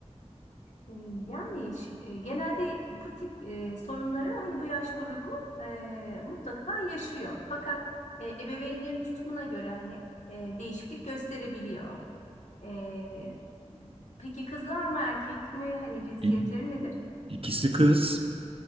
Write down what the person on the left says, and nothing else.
E, yani ş- e, genelde bu tip e, sorunları hani bu yaş grubu e, mutlaka yaşıyor. Fakat e, ebeveynlerin tutumuna göre hani e, değişiklik gösterebiliyor. E, peki kızlar mı erkek mi? Hani cinsiyetleri
nedir?